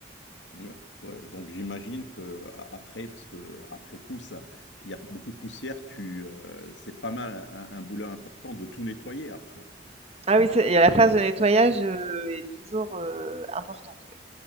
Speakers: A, on the left (about 75°); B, on the right (about 35°).
A: Ouais, ouais. Donc j'imagine que a- après, parce que après coup, ça, il y a beaucoup de poussière, tu, euh, c'est pas mal un, un boulot important de tout nettoyer après.
B: Ah oui, c'est- et la phase de nettoyage euh, est toujours euh, importante. ouais.